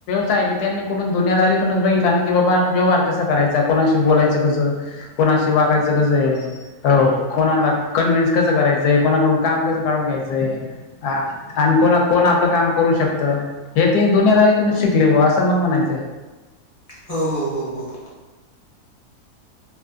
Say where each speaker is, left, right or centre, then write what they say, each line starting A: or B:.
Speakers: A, on the left (about 80°); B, on the left (about 35°).
A: कायबी त्यांनी कुठून दुनियादारीतूनच बघितला ना की बाबा व्यवहार कसा करायचा, कोणाशी बोलायचं कसं. कोणाशी वागायचं कसं हे हो कोणाला कन्व्हेन्स कसं करायचंय, कोणाकडून काम कसं काढून घ्यायचंय. हा आण कोणा कोण आपलं काम करू शक तर हे ते दुन्यादारीतूनच शिकले बुवा असं मला म्हणायचंय.
B: हो हो हो हो.